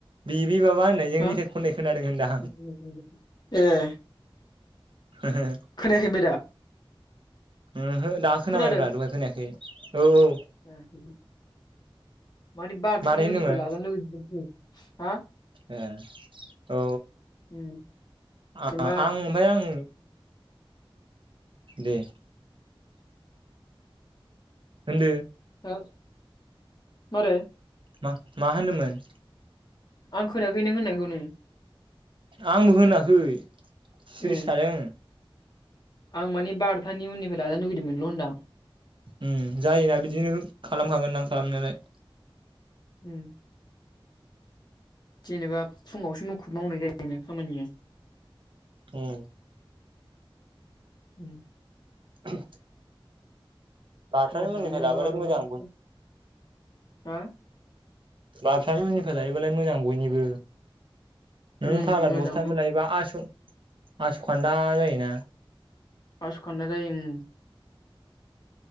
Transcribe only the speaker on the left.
हो
<unintelligible> ए।
खोनायाखै ओमबाय दा?
खोनादों
<unintelligible> मानि बार'थानि
उनिफ्राय लाजानो लुगैदोंमोन जों। हा?
उम
जेनेबा
हो मारै?
आं खोनाखै नों होननायखौनो।
ए।
आं मानि बार'थानि उननिफ्राय लानो लुगैदोंमोनल' होनदां।
उम। जेनेबा फुङावसो मुखुब मावनाय जायोन खामानिया।
उम।
मावफानो
मोनाबा
बेयाव
हा?
उम
मोजां
आस खान्दा जायो ओम।